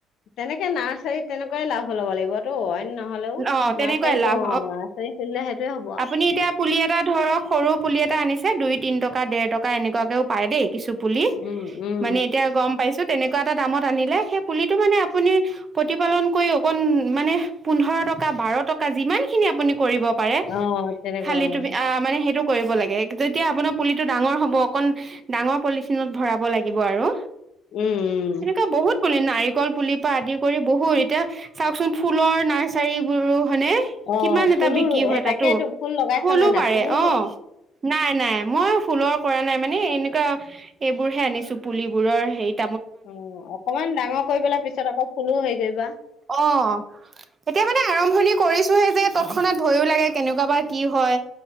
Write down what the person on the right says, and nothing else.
অ তেনেকুৱাই
লাভ
আপুনি এতিয়া পুলি এটা ধৰক সৰু পুলি এটা আনিছে দুই তিন টকা দেৰ টকা এনেকুৱাকেও পায় দেই কিছু। পুলি
মানে এতিয়া গম পাইছো। তেনেকুৱা এটা দামত আনিলে সেই পুলিটো মানে আপুনি প্ৰতিপালন কৰি অকণ মানে। পোন্ধৰ টকা, বাৰ টকা যিমানখিনি আপুনি কৰিব। পাৰে
খালি
তুমি আ মানে সেইটো। কৰিব লাগে যেতিয়া আপোনাৰ পুলিটো ডাঙৰ হ'ব অকণ ডাঙৰ পলিথিনত ভৰাব লাগিব। লাগিব আৰু
তেনেকুৱা বহুত। <unintelligible> নাৰিকল পুলি পৰা আদি কৰি বহুত এতিয়া চাওকচোন ফুলৰ। <unintelligible> চাৰি বোৰো। হয়নে
কিমান এটা
বিক্ৰী
হয়
তাতো
ফুলো
পাৰে
অ। নাই নাই মই ফুলৰ কৰা নাই মানে এনেকুৱা এইবোৰহে আনিছো পুলিবোৰৰ হেৰিত।
অ এতিয়া মানে আৰম্ভণি কৰিছো। যে তৎক্ষণাত ভয়ো লাগে কেনেকুৱা বা কি হয়।